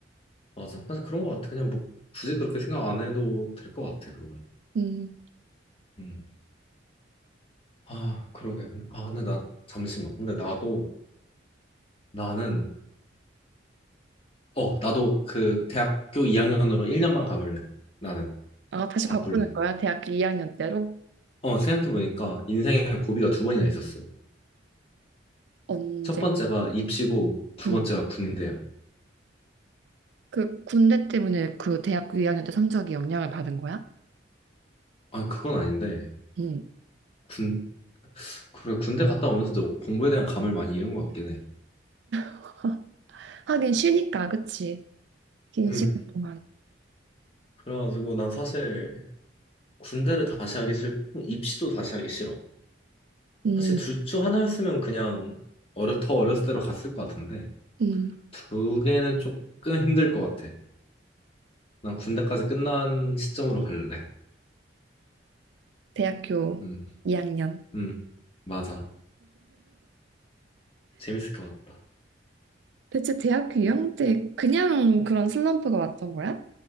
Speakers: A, on the left (about 30°); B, on the right (about 65°).
A: 맞아. 사실 그런 것 같아. 그냥 뭐 굳이 그렇게 생각 안 해도 될 것 같아 그건.
B: 음.
A: 음. 아 그러게. 근데 아 근데 나 잠시만. 근데 나도 나는 어 나도 그 대학교 2학년으로 1년만 감을래. 나는
B: 아, 다시
A: 바꿀래.
B: 바꾸는 거야? 대학교 2학년 때로?
A: 어 생각해보니까 인생에 고비가 두 번이나 있었어.
B: 언제?
A: 첫 번째가 입시고 두
B: 음.
A: 번째가 군대야.
B: 그 군대 때문에 그 대학교 2학년 때 성적이 영향을 받은 거야?
A: 아 그건 아닌데
B: 응.
A: 군 그래 군대 갔다 오면서 도 공부에 대한 감을 많이 잃은 것 같긴 해.
B: <laughs> 하긴 쉬니까, 그치? 긴
A: 음.
B: 시간 동안.
A: 그래가지고 난 사실 군대를 다시 하기 싫고 입시도 다시 하기 싫어.
B: 음,
A: 사실 둘 중 하나였으면 그냥 어려 더 어렸을 때로 갔을 것 같은데
B: 음.
A: 두 개는 조금 힘들 것 같아. 난 군대까지 끝난 시점으로 갈래.
B: 대학교
A: 음,
B: 2학년.
A: 음, 맞아. 재밌을 것 같다.
B: 대체 대학교 2학년 때 그냥 그런 슬럼프가 왔던 거야?